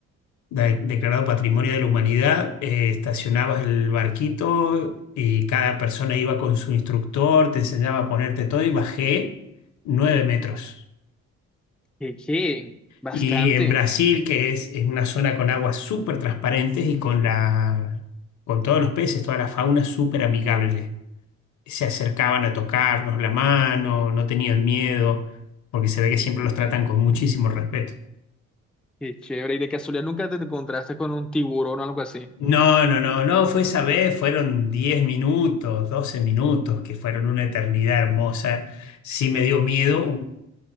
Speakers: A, on the left; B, in the centre.
A: de- declarado Patrimonio de la Humanidad. Eh, estacionabas el barquito y cada persona iba con su instructor, te enseñaba a ponerte todo y bajé nueve metros.
B: ¿Qué, qué? Bastante.
A: Y en Brasil, que es, es una zona con aguas súper transparentes y con la, con todos los peces, toda la fauna súper amigable. se acercaban a tocarnos la mano, no tenían miedo, porque se ve que siempre los tratan con muchísimo respeto.
B: Qué chévere. ¿Y de casualidad nunca te encontraste con un tiburón o algo así?
A: No, no, no, no, fue esa vez, fueron 10 minutos, 12 minutos, que fueron una eternidad hermosa. Sí me dio miedo. un-